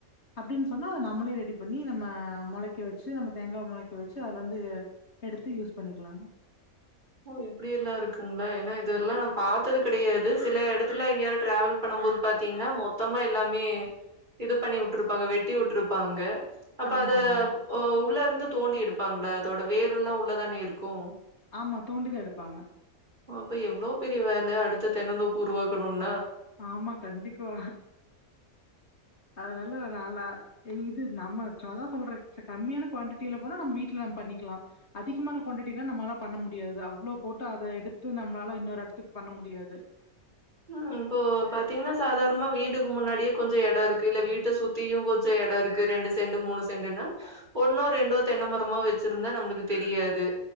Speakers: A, on the left; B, on the right.
A: அப்டின்னு சொன்னா நம்மளே ரெடி பண்ணி நம்ம மொளைக்க வச்சு நம்ம தேங்கா மொளைக்க வச்சு அதுலந்து எடுத்து யூஸ் பண்ணிக்லா
B: ஓ இப்டி எல்லா இருக்குங்ளா ஏனா இதுல்லா நா பாத்தது கெடயாது சில எடத்துல எங்கயாது டிராவல் பண்ணம் போது பாத்தீங்ன்னா மொத்தமா எல்லாமே இது பண்ணி வுட்ருப்பாங்க வெட்டி வுட்ருப்பாங்க. அப்ப
A: ஆமா,
B: அத
A: ஆமா, ஆமா.
B: ஆ உள்ளருந்து தோண்டி எடுப்பாங்ளா அதோட வேருல்லா உள்ளதானே இருக்கு
A: ஆமா, தோண்டி தான் எடுப்பாங்க.
B: அப்ப எவ்ளோ பெரிய வேல அடுத் த தென்னந்தோப்பு உருவாக்கணுன்
A: ஆமா கண்டிப்பா அதனால நல்லா இது நம்ம சொதா ஃபோல்ட் கு கம்மியான குவாண்டிட்டீல போனா நம்ம வீட்ல நம்ம பண்ணிக்லா. அதிகமான குவாண்டிட்டீனா நம்ளாள பண்ண முடியாது அவ்ளோ போட்டு அத எடுத்து நம்ளால இன்னோரு எடத்துக் பண்ண முடியாது.
B: ம் இப்போ பாத்தீங்ன்னா சாதாரமா வீட்டுக்கு முன்னாடியே கொஞ்சோ எடோ இருக்கு இல்ல வீட்ட சுத்தியு கொஞ்சோ எடோ இருக்கு. ரெண்டு செண்டு மூணு செண்டுன்னா ஒன்னோ ரெண்டோ தென்னமரமோ வெச்சிருந்தா நம்ளுக்கு தெரியாது.